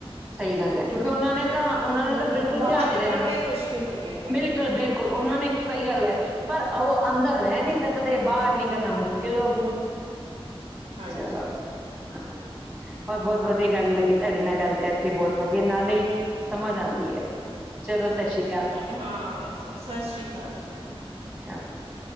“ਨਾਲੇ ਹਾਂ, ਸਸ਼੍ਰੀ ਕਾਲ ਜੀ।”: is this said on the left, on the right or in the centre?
Right